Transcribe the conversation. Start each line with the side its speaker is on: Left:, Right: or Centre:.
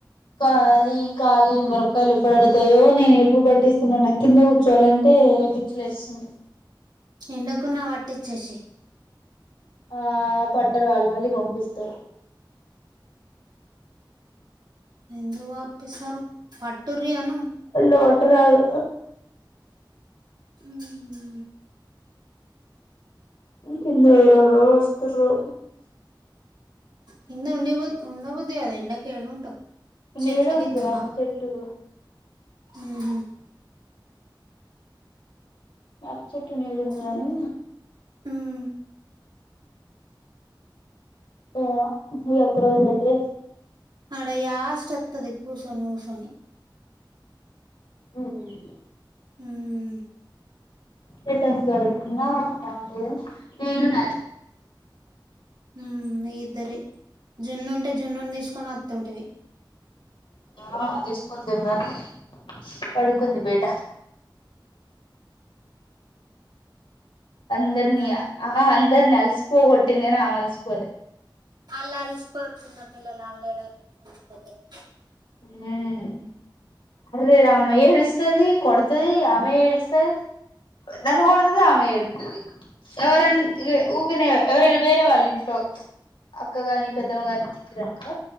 Left: కాలి ఖాలి మీరకాలు ఎప్పుడు ఎందుతాయో నేను ఎప్పుడు పట్టిస్తనో కింద కూ ర్చోవాలంటే పిచ్చిలేస్తుంది
Right: ఎండకున్నా పట్టిచ్చేసేయ్
Left: ఆ పట్టరళ్ళు మళ్ళీ పంపిస్తారు
Right: ఎందుకు పంపిస్తారు పట్టుర్రు అను
Left: అట్ల పట్టరాళ్లు
Right: మ్
Left: కెళ్ళి ఎవరెవరో వస్తుళ్ళు
Right: కింద ఉండే ఉండా బుద్ది కాదు ఎండ కేడుంటవ్ చెట్ల
Left: నీడ
Right: కింద
Left: ఉంది
Right: ఉన్నావా
Left: వేప చెట్టు
Right: మ్ హు
Left: యాప చెట్టు నేడుంది
Right: హు
Left: కానీ
Right: మ్
Left: అ ఈ ఒక్క రోజు అయితే
Right: అడ యస్ట్ ఓత్తది కూర్సోని ఊసోని
Left: మ్
Right: ఉమ్
Left: ట్ద బాగుంటది న
Right: మ్ మీ ఇద్దరే జున్ను ఉంటే జున్నునీ తీసుకొని ఓత్తుంటివి
Left: అ తీసుకొద్ధుని కానీ పడుకుంది బేట అందర్నీ
Right: ఉమ్
Left: ఆ అందర్నీ అల్సి పోగోటింది కానీ ఆమె అలసి పోలె
Right: అళ్ళు అలిసిపోరు చిన్న పిల్లలు అళ్ళు ఏడ అలిసిపోతారు
Left: ఆ అర్రే రామ ఏల్స్స్తది కొడుతది ఆమె ఏడుస్తది నన్ను కోడుతది ఆమె ఏడుత్తది ఎవరన్ ఇగ్ ఊకనే ఎవరైనా వేరే వాళ్ళ ఇంట్లో అక్కగాని పెద్దమ్మ గాని తిప్పిరనుకో